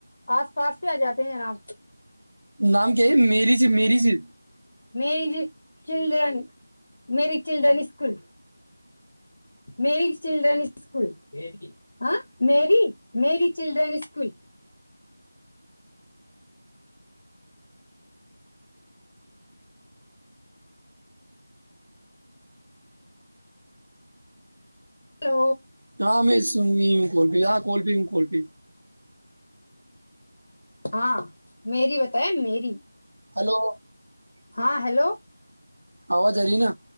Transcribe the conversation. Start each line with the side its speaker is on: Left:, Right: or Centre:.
Left: آس پاس ک آ جاتے ہیں جناب
Right: نام کیا ہے میری میری سے
Left: میری چلڈرن میری چلڈرن اسکول میری چلڈرن اسکول ہاں میری میری چلڈرن اسکول تو
Right: ہاں میں س کوول پ ہاں کوول پ ہ کوول پ
Left: ہاں میری بتائے میری
Right: ہلو
Left: ہاں ہیلو
Right: آواز رہ نا